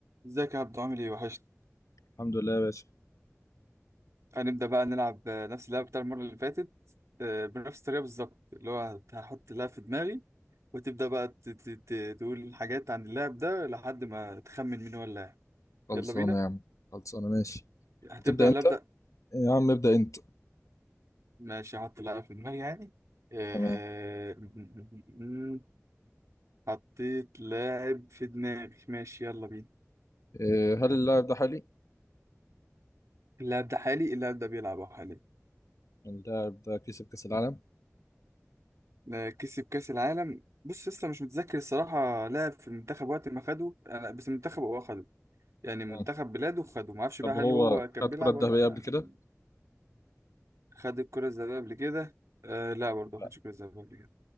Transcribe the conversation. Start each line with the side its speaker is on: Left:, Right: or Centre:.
Right: ازيك يا عبدو عامل ايه وحشت
Left: الحمد لله يا باشا
Right: هنبدأ بقى نلعب آه، نفس اللعبة بتاع المرة اللي فاتت آه، بنفس الطريقة بالظبط اللي هو هت- هحط اللعبة في دماغي وتبدأ بقى ت- ت- ت- تقول حاجات عن اللاعب ده لحد ما تخمن مين هو اللاعب
Left: خلصانة
Right: يلا بينا
Left: يا عم خلصانة ماشي
Right: هتبدأ
Left: هتبدأ
Right: ولا
Left: أنت
Right: أبدأ
Left: يا عم ابدأ أنت
Right: ماشي هحط اللعبة في دماغي يعني آه،
Left: تمام
Right: <laughs> حطيت لاعب في دماغي ماشي يلا بينا
Left: إيه، هل اللاعب ده حالي؟
Right: اللاعب ده حالي اللاعب ده بيلعب أهو حاليا
Left: اللاعب ده كسب كأس العالم؟
Right: آه، كسب كأس العالم بص لسه مش متذكر الصراحة لعب في المنتخب وقت ما خده أنا- بس المنتخب هو خده يعني منتخب
Left: آه.
Right: بلاده خده ما اعرفش
Left: طب
Right: بقى هل
Left: هو
Right: هو كان
Left: خد
Right: بيلعب
Left: كرة
Right: ولا
Left: ذهبية
Right: لا
Left: قبل كده؟
Right: خد الكرة الذهبية قبل كده آه لا برضه
Left: لا
Right: ما خدش الكرة الذهبية قبل كده